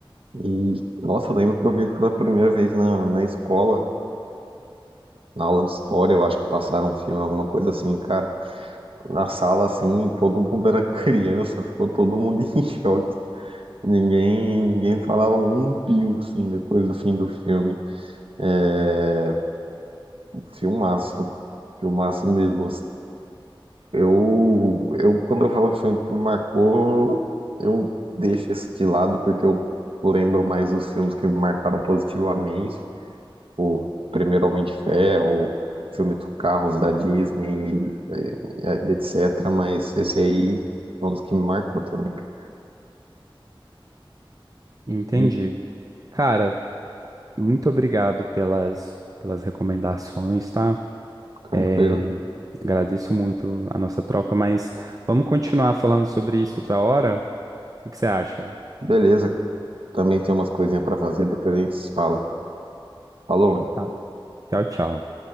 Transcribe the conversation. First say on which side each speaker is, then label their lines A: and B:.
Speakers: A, on the right; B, on the right.
A: e, nossa, eu lembro que eu vi pela primeira vez na, na escola, na aula de história, eu acho que passaram um filme, alguma coisa assim, cara, na sala assim, todo mundo era <laughs> criança, ficou todo mundo <laughs> em choque. Ninguém, ninguém falava um pio, assim, depois do fim do filme. É, filmaço, filmaço mesmo. assim. Eu, eu, quando eu falo de filme que me marcou, eu deixo esse de lado, porque eu lembro mais dos filmes que me marcaram positivamente. o primeiro Homem de Ferro, o filme do Carros da Disney, eh, eh, etc. Mas esse aí é um dos que me marcou também. cara.
B: Entendi.
A: Hum,
B: Cara, Muito obrigado pelas, pelas recomendações, tá?
A: Tranquilo.
B: É, agradeço muito a nossa troca, mas vamos continuar falando sobre isso outra hora? O que que você acha?
A: Beleza. Também tem umas coisinhas pra fazer, depois a gente se fala. Falou.
B: Tá. Tchau, tchau.